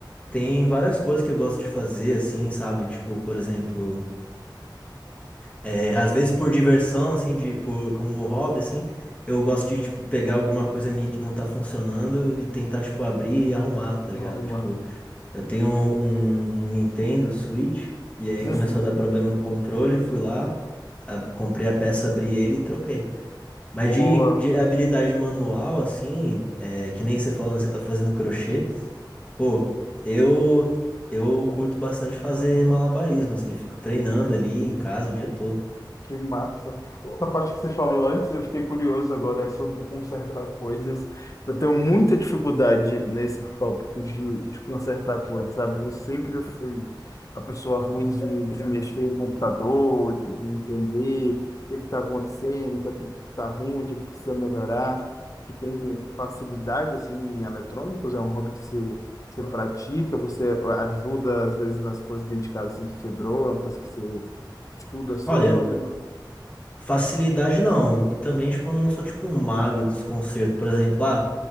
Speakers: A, on the left; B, on the left.
A: tem várias coisas que eu gosto de fazer, assim, sabe? Tipo, por exemplo, é, às vezes por diversão, assim, de, por, como hobby, assim, eu gosto de, tipo, pegar alguma coisa minha que não tá funcionando e tentar, tipo, abrir e arrumar, tá ligado?
B: Uhum.
A: Tipo, eu tenho um, um Nintendo Switch e aí
B: Uhum.
A: começou a dar problema no controle, fui lá, ab- comprei a peça, abri ele e troquei.
B: Boa.
A: Mas de, de habilidade manual, assim, é, que nem você falando, você tá fazendo crochê, pô, eu eu curto bastante fazer malabarismo, assim, eu fico treinando ali em casa o dia todo.
B: Que massa. Essa parte que você falou antes, eu fiquei curioso agora sobre consertar coisas. Eu tenho muita dificuldade nesse tópico de, de consertar coisas, sabe? Eu sempre fui a pessoa ruim de, de mexer no computador, de entender o que está acontecendo, o que está ruim, o que é que precisa melhorar. E tem facilidade, assim, em eletrônicos, é um hobby que você, você pratica, você ajuda, às vezes, nas coisas dentro de casa, assim, que quebrou, é uma coisa que você estuda sobre.
A: Olha, Facilidade não. E também, tipo, eu não sou tipo um mago dos consertos. Por exemplo, ah,